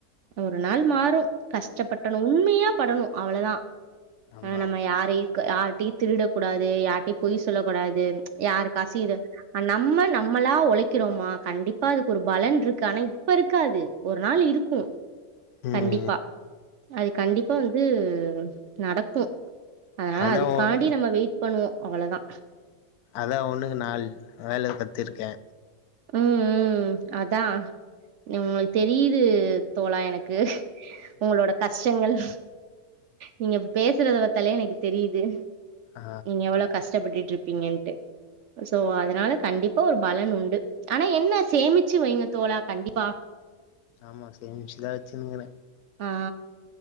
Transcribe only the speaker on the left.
ஆமா
ஆமா
உம்
அதா
ஒன்
அதா ஒன்னுக்கு நாள் வேல கத்துருக்கே
ஆ
ஆமா சேமிச்சுதான் வச்சினுக்கிறே